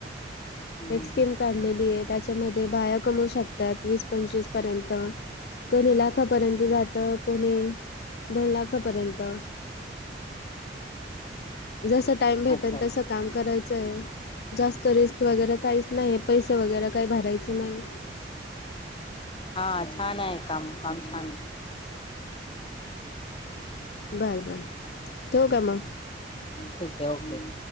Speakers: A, on the left; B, on the left.
A: हम्म
B: एक स्कीम
A: हम्म
B: काढलेली आहे. त्याच्यामध्ये बाया कमवू शकतात, वीस पंचवीस पर्यंत. कोणी लाखापर्यंत जात कोणी दोन लाखापर्यंत जस टाइम भेटेल
A: अच्छा अच्छा
B: तसं काम करायचं आहे. जास्त रिस्क वगैरे काहीच नाही पैसे वगैरे काही भरायचं नाही.
A: हा छान आहे काम काम छान आहे.
B: बर बर ठेवू का मग?
A: ठीक आहे ओके